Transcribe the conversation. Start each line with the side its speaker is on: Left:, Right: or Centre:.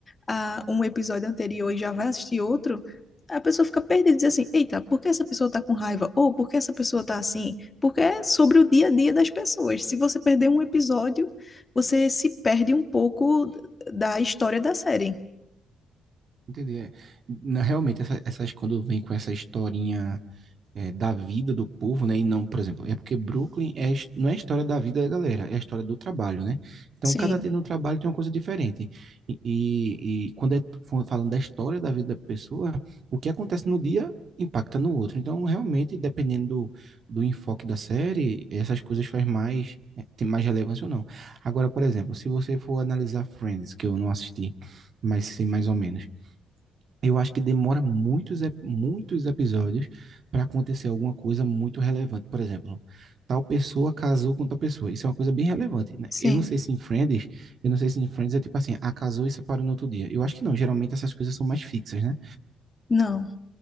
Left: a um episódio anterior e já vai assistir outro, a pessoa fica perdida e diz assim: Eita, por que essa pessoa tá com raiva? Ou por que essa pessoa tá assim? Porque é sobre o dia a dia das pessoas. Se você perder um episódio, você se perde um pouco da história da série.
Right: Entendi. é. Na- realmente, essa- essas quando vem com essa historinha. é, da vida do povo, né? E não, por exemplo, é porque Brooklyn é, a his- não é a história da vida da galera, é a história do trabalho, né? Então,
Left: Sim,
Right: cada dia no trabalho tem uma coisa diferente. E, e, e quando é f- falando da história da vida da pessoa, o que acontece no dia impacta no outro. Então, realmente, dependendo do, do enfoque da série, essas coisas faz mais, é, tem mais relevância ou não. Agora, por exemplo, se você for analisar Friends, que eu não assisti, mas sei mais ou menos eu acho que demora muitos, ep- muitos episódios para acontecer alguma coisa muito relevante. Por exemplo, tal pessoa casou com tal pessoa. Isso é uma coisa bem relevante, né?
Left: sim.
Right: Eu não sei se em Friends, eu não sei se em Friends é tipo assim, ah, casou e separou no outro dia. Eu acho que não, geralmente essas coisas são mais fixas, né?
Left: Não.